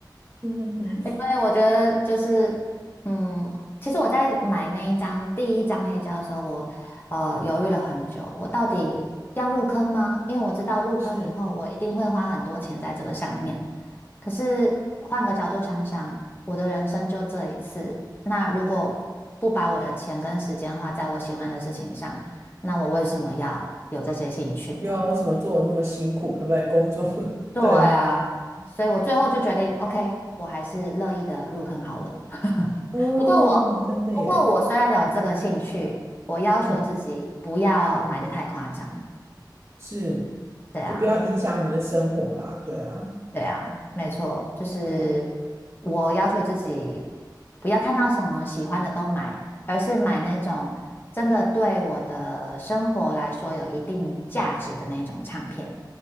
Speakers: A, on the right (about 35°); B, on the left (about 30°).
A: 嗯哼哼。
B: 对，我觉得就是，嗯，其实我在买那一张第一张黑胶的时候，我呃犹豫了很久，我到底要入坑吗？因为我知道入坑以后，
A: 是。
B: 我一定会花很多钱在这个上面。可是换个角度想想，我的人生就这一次，那如果不把我的钱跟时间花在我喜欢的事情上，那我为什么要有这些兴趣呢？
A: 又啊，为什么做得那么辛苦，对不对？工作，<laughs>
B: 对啊，
A: 对，
B: 所以我最后就决定，OK，我还是乐意的入坑好了。
A: 哦，
B: 不过我，
A: 真的耶，
B: 不过我虽然有这个兴趣，我要求自己不要买的太夸张。
A: 嗯，是，
B: 对啊，
A: 就不要影响你的生活啦，对啊，
B: 对啊，没错，就是
A: 嗯，
B: 我要求自己不要看到什么喜欢的都买，而是买那种真的对我的生活来说有一定价值的那种唱片。